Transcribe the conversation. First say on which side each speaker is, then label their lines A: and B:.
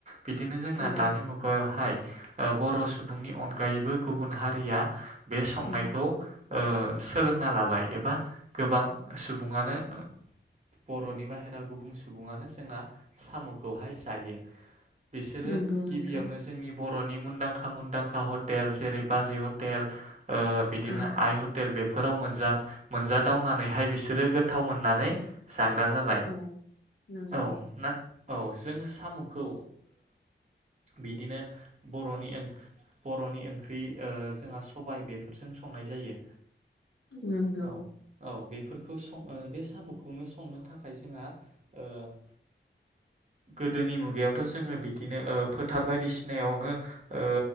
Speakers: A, on the right; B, on the left.
A: बिदिनो जोंना
B: औ
A: दानि मुगायावहाय ओ बर' सुबुंनि अनगायैबो गुबुन हारिया बे संनायखौ
B: उम
A: ओ सोलोंना लाबाय एबा गोबां सुबुङानो ओ बर'नि बाहेरायाव गुबुं सुबुङानो जोंना साम'खौहाय जायो बिसोरो
B: नंगौ नोंथां
A: गिबियावनो जोंनि बर'नि मुंदांखा मुंदांखा हटेल जेरै बाजै हटेल बिदिनो
B: औ
A: आइ हटेल बेफोराव मोनजा मोनजा दावनानैहाय बिसोरो गोथाव मोननानै जाग्रा जाबाय
B: औ नंगौ
A: औ ना औ जोङो साम'खौ बिदिनो बर'नि ओं बर'नि ओंख्रि ओ जोंहा सबाय बे बेफोरजों संनाय जायो
B: नंगौ
A: औ औ स बे साम'खौनो संनो थाखाय जोंहा ओ गोदोनि मुगायावथ' जोङो बिदिनो ओ फोथार बायदिसिनायावनो ओ